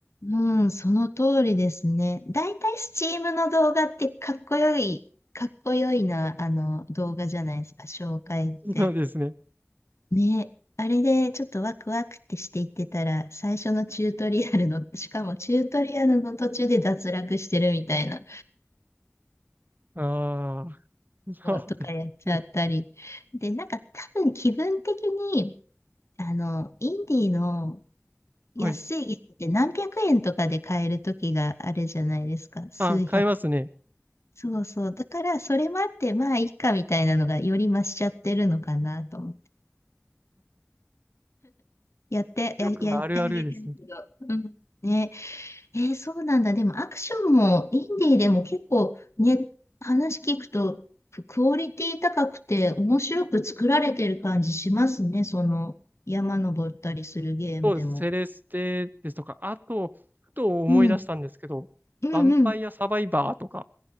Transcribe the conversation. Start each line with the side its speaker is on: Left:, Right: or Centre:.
Left: うん、その通りですね。だいたいスチームの動画ってかっこよい、かっこよいな、あの、動画じゃないですか、紹介って。
Right: そうですね。
Left: ね。あれでちょっとワクワクってしていってたら、最初のチュートリアルの、しかもチュートリアルの途中で脱落してるみたいな。
Right: ああ、<laughs> そうですね。
Left: とかやっちゃったり。で、なんか多分気分的に、あの、インディーの安い椅子って何百円とかで買える時があるじゃないですか。
Right: はい。
Left: 数百。
Right: あ、変えますね。
Left: そうそう。だからそれもあって、まあいいかみたいなのがより増しちゃってるのかなと思って。やって、
Right: よくあるあるですね。
Left: や、やってあげてるけど。うん。ねえーそうなんだ。でもアクションもインディーでも結構ね、話聞くとクオリティ高くて面白く作られてる感じしますね。その山登ったりするゲームでも。
Right: そうです。セレステですとか、あと、ふと思い出したんですけど、
Left: うん。うんうん。
Right: ヴァンパイアサバイバーとか、